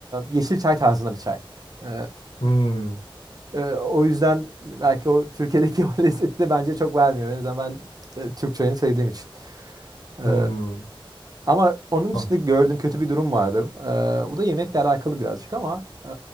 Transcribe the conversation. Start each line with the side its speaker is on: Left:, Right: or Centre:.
Right: e, yeşil çay tarzında bir çay. E,
Left: Hmm,
Right: e, o yüzden belki o Türkiye'deki <laughs> o lezzeti de bence çok vermiyor. En azından ben e, Türk çayını sevdiğim için.
Left: hmm.
Right: E, ama onun
Left: Ha,
Right: dışında gördüğüm kötü bir durum vardı. E, bu da yemekle alakalı birazcık ama e,